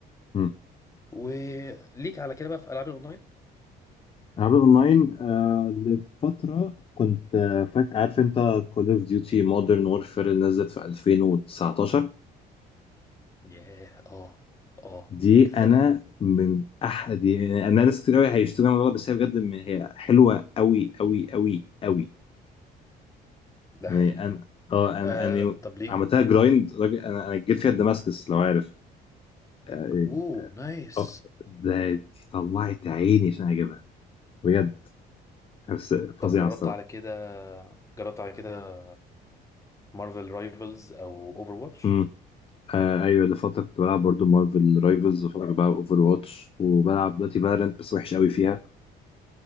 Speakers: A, on the left; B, on the left.
A: مم.
B: وليك على كده بقى في العاب الاونلاين
A: أنا لعبت أونلاين آه لفترة كنت آه، فاك عارف أنت كول أوف ديوتي مودرن وورفير اللي نزلت في 2019
B: ياه اه اه
A: دي
B: كانت
A: أنا
B: حلوة
A: من أحد يعني أنا ناس كتير أوي هيشتروا الموضوع ده، بس هي بجد من- هي حلوة أوي أوي أوي أوي
B: ده
A: يعني
B: حقيقي
A: انا اه انا
B: آه
A: انا
B: طب ليك
A: عملتها جرايند راجل انا انا جيت فيها دماسكس لو عارف اه إيه.
B: اوه نايس
A: آه، ده دي طلعت عيني عشان اجيبها بجد بس فظيعه
B: طب جربت
A: الصراحه
B: على كده جربت على كده مارفل رايفلز او اوفر واتش
A: امم آه ايوه اللي فتره كنت بلعب برضو مارفل رايفلز وفتره كنت بلعب اوفر واتش وبلعب دلوقتي فالورنت بس وحش قوي فيها